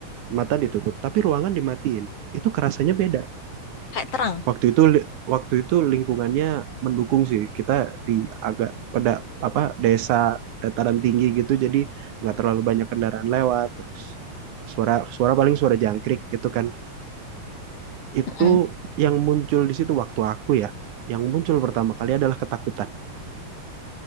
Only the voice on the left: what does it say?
kayak terang.
Mm-mm.